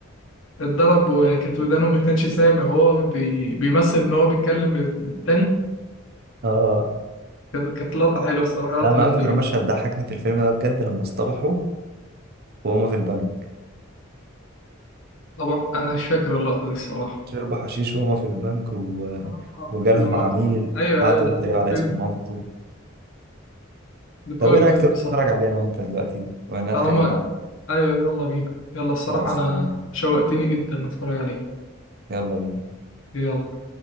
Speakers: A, on the left; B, on the right.
A: اتضرب وكانت ودانه ما كانش سامع وهو بي... بيمثل ان هو بيتكلم لل- للتاني
B: اه
A: كانت كانت لقطه حلوه الصراحه
B: لا
A: لقطه
B: انا
A: جامده
B: اكتر
A: جدا
B: مشهد ضحكني في الفيلم ده بجد لما اصطبحوا وهما في البنك
A: طبعا انا مش فاكر اللقطه دي الصراحه
B: شربوا حشيش وهما في البنك و...
A: آه، آه،
B: وجالهم
A: لما
B: عميل
A: ايوه
B: قعدوا
A: ايوه ده
B: يتريقوا
A: في اول فيلم
B: على اسم مامته
A: ده في
B: طب
A: اول
B: ايه رأيك
A: فيلم
B: تروح
A: صح
B: تتفرج عليها وانت دلوقتي وانا
A: طالما
B: اتكلمنا عن
A: ايوه يلا بينا يلا الصراحه
B: خلاص
A: انا
B: يلا
A: شوقتني جدا اتفرج عليه
B: يلا بينا
A: يلا